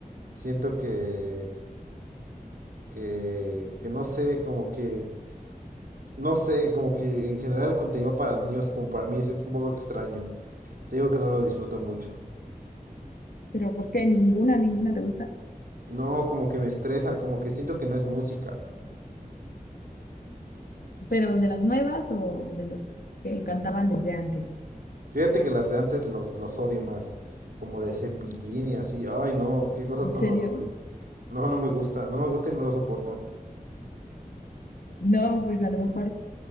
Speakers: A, on the right; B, on the left.
A: Siento que, que, que no sé, como que, no sé, como que en general el contenido para niños, como para mí es un poco extraño. Te digo que no lo disfruto mucho.
B: ¿Pero por qué? ¿Ninguna, ninguna te gusta?
A: No, como que me estresan, como que siento que no es música.
B: ¿Pero de las nuevas o de los que cantaban desde antes?
A: Fíjate que las de antes los, los odio más, como de Cepillín y así. Ay, no, qué cosa
B: ¿En
A: tan
B: serio?
A: horrible. No, no me gusta, no me gusta y no lo soporto.
B: No, pues a lo mejor